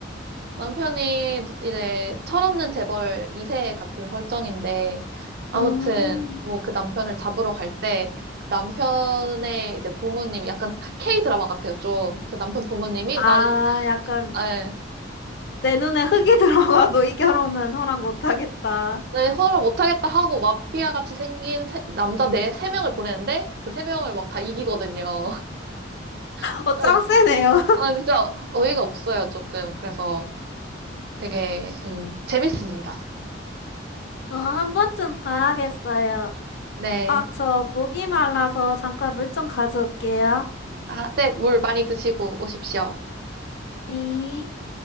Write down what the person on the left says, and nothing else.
음,
아,
약간
내 눈에 흙이 <laughs> 들어가도 이 결혼은 허락 못하겠다.
어, 짱
세네요.
어, 한 번쯤 봐야겠어요.
아, 저 목이 말라서 잠깐 물 좀 가져올게요.
네.